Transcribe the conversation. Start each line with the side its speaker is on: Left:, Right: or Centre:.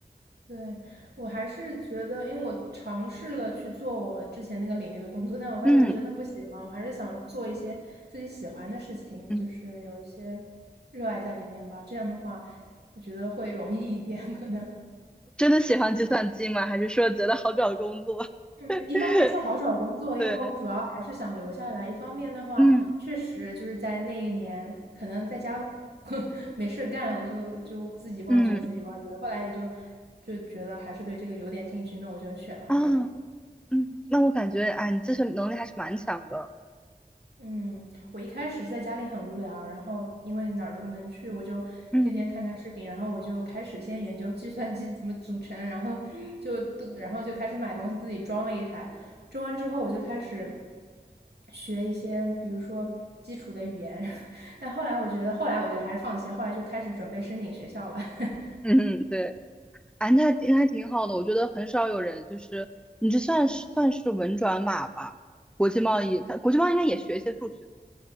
Right: 对，我还是觉得，因为我尝试了去做我之前那个领域的工作，但我发现我真的不喜欢，
Centre: 嗯
Right: 我还是想做一些自己喜欢的事情，
Centre: 嗯，
Right: 就是有一些热爱在里面吧。这样的话，我觉得会容易一点，可能。
Centre: 真的喜欢计算机吗？还是说觉得好找工作？
Right: 嗯，
Centre: <laughs>
Right: 一方面是好找工作，因为我主要还是想留下来；
Centre: 对，
Right: 一方面的话，
Centre: 嗯
Right: 确实就是在那一年，可能在家 <laughs> 没事干，我就就自己挖掘，
Centre: 嗯
Right: 自己挖掘。后来也就就觉得还是对这个有点兴趣，那我就选了这个。
Centre: 啊。嗯，那我感觉，哎，你自身能力还是蛮强的。
Right: 嗯，我一开始在家里很无聊，然后因为哪儿都不能去，我就天天看看视频，
Centre: 嗯
Right: 然后我就开始先研究计算机怎么组成，然后 <laughs> 就都，然后就开始买东西，自己装了一台。装完之后，我就开始。学一些，比如说基础的语言。<laughs> 但后来我觉得，后来我就还是放弃了，后来就开始准备申请学校了。<laughs>
Centre: 嗯，<laughs> 嗯，对，哎，那还那还挺好的。我觉得很少有人就是你这算是算是文转码吧？国际贸易，它国际贸易应该也学一些数学，